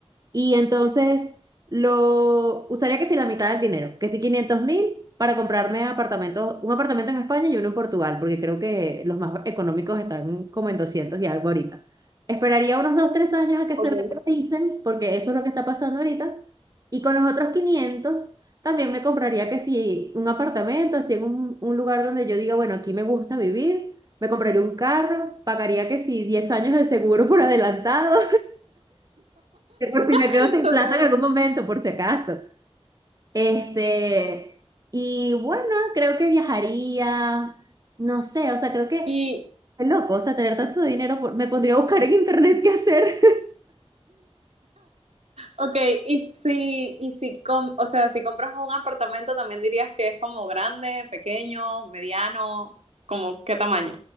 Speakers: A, on the right; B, on the right.
A: Y entonces lo usaría que si la mitad del dinero, que si 500 mil para comprarme apartamentos, un apartamento en España y uno en Portugal, porque creo que los más económicos están como en 200 y algo ahorita. Esperaría unos 2 3 años a que
B: Ok.
A: se revaloricen, porque eso es lo que está pasando ahorita. Y con los otros 500 también me compraría que si un apartamento, así en un, un lugar donde yo diga, bueno, aquí me gusta vivir, me compraría un carro, pagaría que si 10 años de seguro por adelantado. Que Por si me
B: <laughs>
A: quedo sin
B: totalmente.
A: plata en algún momento, por si acaso. Este, y bueno, creo que viajaría, no sé, o sea, creo que
B: Y,
A: es loco, o sea, tener tanto dinero, por- me pondría a buscar en internet qué hacer.
B: ok, y si, y si, com- o sea, si compras un apartamento, también dirías que es como grande, pequeño, mediano, como qué tamaño.